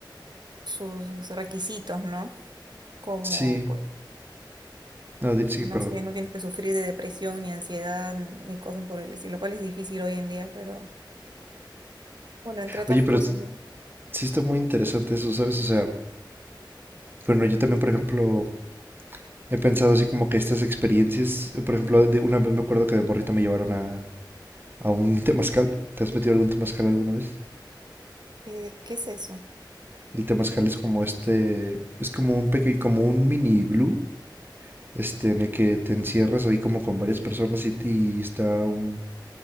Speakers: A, on the right; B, on the right.
A: sus requisitos, ¿no? Como,
B: Sí,
A: pues,
B: no, di- sí,
A: no
B: perdón.
A: sé, no tienes que sufrir de depresión ni ansiedad ni cosas por el estilo, lo cual es difícil hoy en día, pero bueno, entre otras
B: Oye, pero
A: cosas,
B: es-
A: ¿no?
B: sí está muy interesante eso, ¿sabes? O sea, bueno, yo también, por ejemplo, he pensado así como que estas experiencias, eh, por ejemplo, de una vez me acuerdo que de morrito me llevaron a, a un temazcal. ¿Te has metido algún temazcal alguna vez?
A: Eh, ¿qué es eso?
B: El temazcal es como este, es como un pequeño, como un mini iglú, este, en el que te encierras ahí como con varias personas y, y está un,